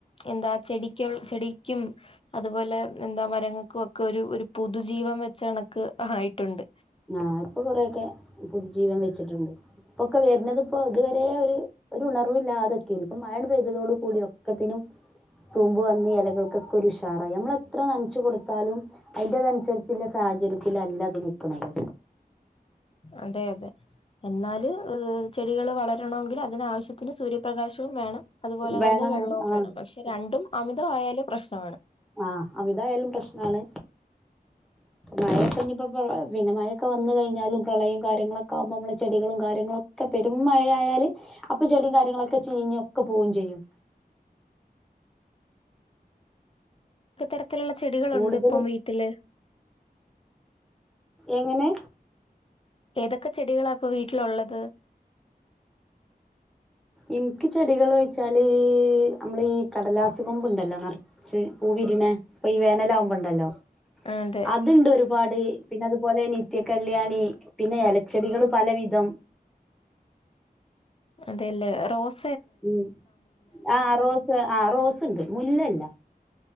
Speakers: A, on the left; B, in the centre.
A: എന്താ ചെടിക്ക് ചെടിക്കും അതുപോലെ എന്താ മരങ്ങക്കു ഒക്കെ ഒരു ഒരു പൊതുജീവൻ വെച്ച കണക്ക് ആയിട്ടുണ്ട്
B: ആ ഇപ്പൊ കൊറെക്കെ പുതുജീവൻ വെച്ചിട്ടുണ്ട് ഇപ്പൊക്കെ വര്ണതിപ്പോ ഇതുവരെ ഒര് ഒരു ഉണർവില്ലാതെക്കെനി ഇപ്പം മയാണ്ട് പെയ്തതോടു കൂടി ഒക്കത്തിനും തൂമ്പ് വന്ന് എലകൾക്കൊക്കെ ഒരു ഉഷാറായി നമ്മളെത്ര നൻച്ചു കൊടുത്താലും അയിന്റെ തൻസരിച്ച്ല്ല സാഹചര്യത്തിലല്ല അത് നിക്ക്ണത്
A: അതെ അതെ എന്നാല് ചെടികള് വളരണങ്കില് അതിനാവശ്യത്തിന് സൂര്യപ്രകാശവും വേണം അതുപോലെ
B: വേണാനും
A: തന്നെ വെള്ളവും
B: ആഹ്
A: വേണം പക്ഷെ രണ്ടും അമിതാവായാല് പ്രശ്നമാണ്
B: ആ അമിതായാലും പ്രശ്നാണ് മഴെക്കെഞ്ഞിപ്പപ്പം പിന്നെ മഴൊക്കെ വന്ന് കഴിഞ്ഞാലും പ്രളയും കാര്യങ്ങളൊക്കെ ആവുമ്പോ നമ്മളെ ചെടികളും കാര്യങ്ങളും ക്കെ പെരും മഴ ആയാല് അപ്പ ചെടിം കാര്യങ്ങളൊക്കെ ചീഞ്ഞൊക്കെ പോവും ചെയ്യും
A: എത്രതരത്തിലുള്ള ചെടികളുണ്ട്
B: കൂടുതൽ
A: ഇപ്പം വീട്ടില്
B: എങ്ങനെ
A: ഏതക്ക ചെടികളാ ഇപ്പൊ വീട്ടിലുള്ളത്
B: എനിക്ക് ചെടികളെന്ന് വച്ചാല നമ്മൾ ഈ കടലാസ് പൂവ് ഉണ്ടല്ലോ ച്ച് പൂവിരിയുന്ന ഈ വേനലാവകുമ്പോ ഉണ്ടല്ലോ
A: അതെ
B: അതുണ്ട് ഒരു പാട് പിന്നെ അതുപോലെ നിത്യ കല്യാണി പിന്നെ ഇലച്ചെടികൾ പല വിധം
A: അതെല്ലേ റോസ്
B: ഉം ആഹ് റോസ് ആഹ് റോസ് ഉണ്ട് മുല്ലയില്ല